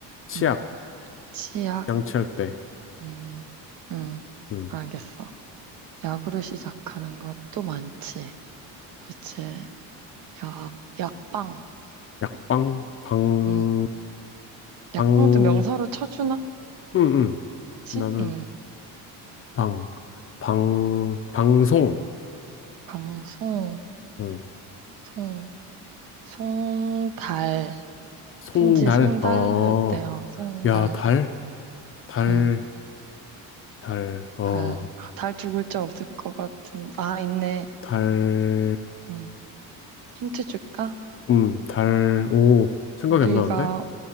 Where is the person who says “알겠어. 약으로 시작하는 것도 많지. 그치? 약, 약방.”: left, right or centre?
Right